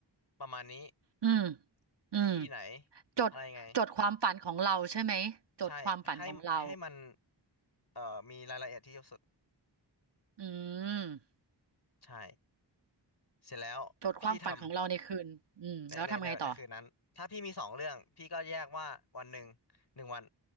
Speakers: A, on the left; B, on the right.
A: ประมาณนี้
B: อืมอืม
A: ที่ไหน
B: จดจดความฝันของเราใช่ไหม
A: อะไรไง
B: จดความฝันของเรา
A: ใช่ให้ให้มันเอ่อมีรายละเอียดที่เยอะสุด
B: อืม
A: ใช่เสร็จแล้วพี่ทำ
B: จดความฝันของเราในคืนอืมแล้วทำไงต่อ
A: ในในในในคืนนั้นถ้าพี่มีสองเรื่องพี่ก็แยกว่าวันหนึ่งหนึ่งวัน